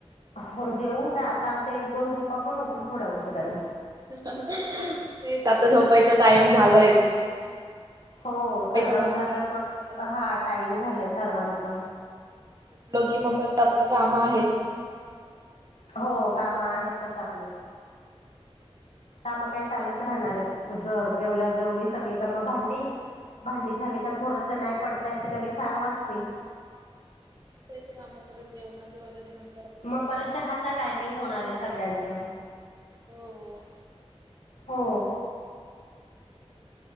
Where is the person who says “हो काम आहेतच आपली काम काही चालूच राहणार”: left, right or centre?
Left